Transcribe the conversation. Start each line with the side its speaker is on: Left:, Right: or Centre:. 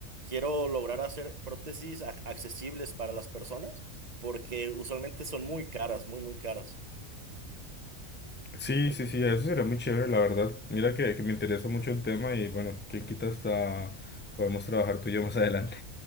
Right: Quiero lograr hacer prótesis ac- accesibles para las personas porque usualmente son muy caras, muy, muy caras.
Left: Sí,
Right: Eh,
Left: sí, sí, eso sería muy chévere, la verdad. Mira que, que me interesa mucho el tema y bueno, quién quita hasta podemos trabajar tú y yo más <laughs> adelante.